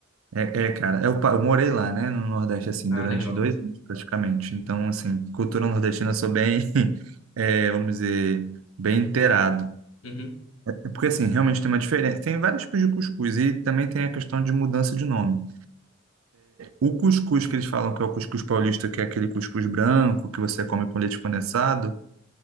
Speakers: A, on the right; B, on the left.
A: É, é, cara, eu, pa- eu morei lá, né, no Nordeste, assim,
B: Ah,
A: durante
B: legal.
A: dois anos, praticamente. Então, assim, cultura nordestina eu sou bem, <laughs> é, vamos dizer, bem inteirado.
B: Uhum.
A: É Porque, assim, realmente tem uma diferença. Tem vários tipos de cuscuz e também tem a questão de mudança de nome. O cuscuz que eles falam que é o cuscuz paulista, que é aquele cuscuz branco que você come com leite condensado,